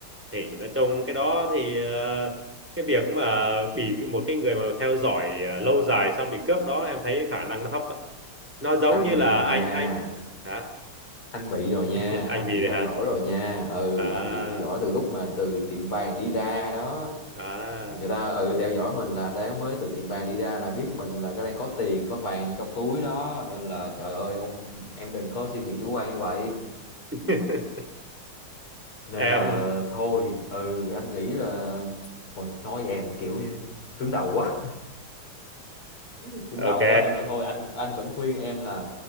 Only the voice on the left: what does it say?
anh
bị
rồi
nha
anh bị rồi nha
anh
bị
theo
dõi rồi nha ừ
anh bị theo dõi từ lúc mà từ tiệm vàng đi ra đó
người ta ừ theo dõi mình là đang mới từ tiệm vàng đi ra là biết mình là cái đang có tiền có vàng trong túi đó nên là trời ơi không em đừng có suy nghĩ chủ quan như vậy
nên
là
thôi ừ anh nghĩ là thôi nói em mà kiểu như cứng đầu quá <laughs> cứng đầu
quá nên là thôi anh anh vẫn khuyên em là